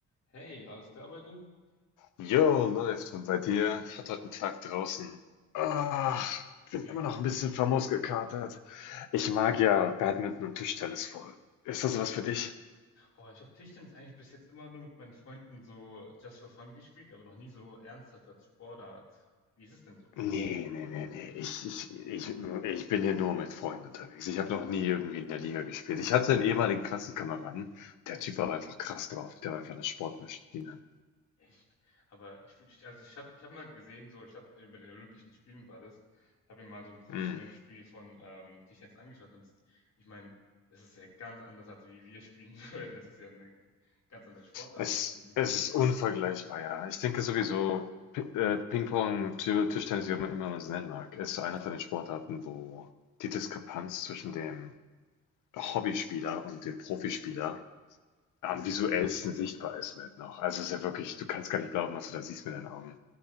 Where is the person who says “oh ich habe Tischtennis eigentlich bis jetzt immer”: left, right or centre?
Left